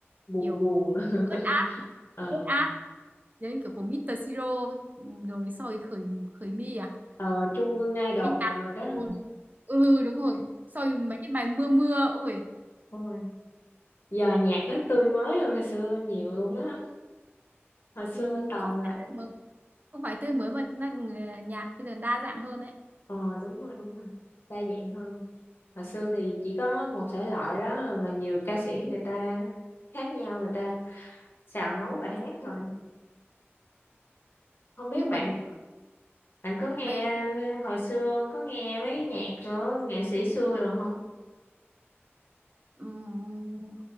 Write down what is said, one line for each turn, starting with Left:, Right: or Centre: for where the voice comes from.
Left: buồn
Right: kiểu
Left: buồn. <laughs>
Right: ướt át
Left: ờ
Right: ướt át giống như kiểu của Mr. Siro ừm, rồi soi khởi khởi mi à
Left: ờ chung Quân Idol
Right: Cái nhạc
Left: rồi đó.
Right: buồn. Ừ đúng rồi. sau Rồi mấy cái bài mưa mưa ôi
Left: Ôi. giờ nhạc nó tươi mới hơn hồi xưa nhiều luôn á hồi xưa
Right: ừm,
Left: toàn
Right: không
Left: là
Right: phải tươi mới, không phải tươi mới mà na- nhạc bây giờ đa dạng hơn đấy.
Left: ờ đúng rồi đúng rồi đa dạng hơn hồi xưa thì chỉ có một thể loại đó mà nhiều ca sĩ người ta khác nhau người ta xào nấu bài hát thôi không biết
Right: Nhưng
Left: bạn
Right: mà
Left: bạn có nghe
Right: bây
Left: hồi xưa có nghe mấy nhạc của nghệ sĩ xưa rồi không
Right: ừm,